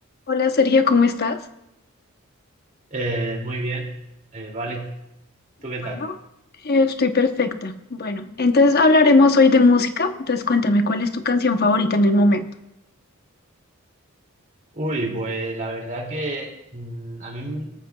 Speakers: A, on the left; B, on the right.
A: Hola Sergio, ¿cómo estás?
B: Eh, muy bien, Eh, vale. ¿Tú qué
A: Bueno,
B: tal?
A: eh, estoy perfecta. Bueno, entonces hablaremos hoy de música. Entonces cuéntame, ¿cuál es tu canción favorita en el momento?
B: Uy, pues la verdad que mm, a mí m-